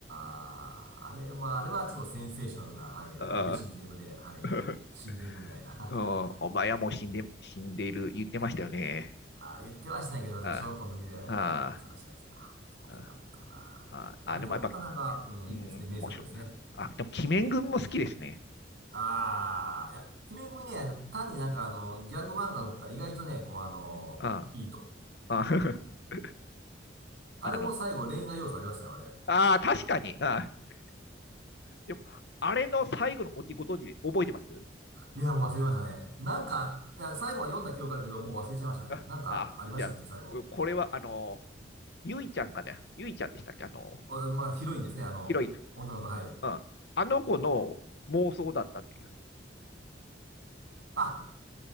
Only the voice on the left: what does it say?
あ
あ、<laughs>
うん、
お前はもう死んで、死んでいる、言ってましたよね。
ああ、
あ
あ、ああ、
ああでもやっぱ、
うん、
面白かった。あ、でも、鬼面君も好きですね。
あ
あ、ああ
<laughs> あの、ああ、確かに。ああ、でも、あれの最後のおじご存知で覚えてます
ああ、
じゃあ、
うこれは、あの、ゆいちゃんかね。ゆいちゃんでしたっけあの、
ヒロイン。
うん。あの子の妄想だったという。